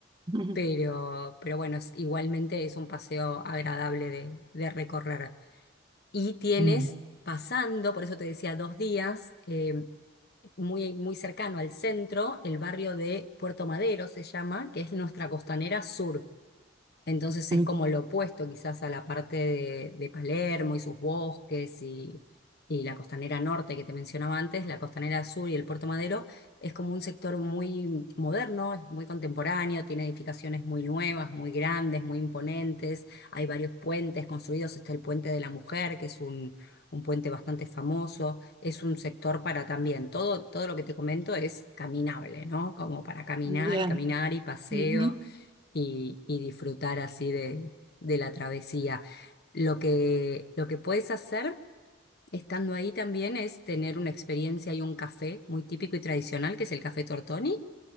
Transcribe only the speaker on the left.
pero, pero bueno, es- igualmente es un paseo agradable de, de recorrer. Y tienes
pasando, por eso te decía dos días, eh, muy, muy cercano al centro, el barrio de Puerto Madero se llama, que es nuestra costanera sur. Entonces es
como lo opuesto quizás a la parte de, de Palermo y sus bosques y, y la costanera norte que te mencionaba antes, la costanera sur y el Puerto Madero, es como un sector muy moderno, es muy contemporáneo, tiene edificaciones muy nuevas, muy grandes, muy imponentes, hay varios puentes construidos, está el Puente de la Mujer, que es un, un puente bastante famoso, es un sector para también, todo, todo lo que te comento es caminable, ¿no? Como para caminar
y caminar y paseo
y, y disfrutar así de, de la travesía. Lo que, lo que puedes hacer estando ahí también es tener una experiencia y un café muy típico y tradicional, que es el Café Tortoni,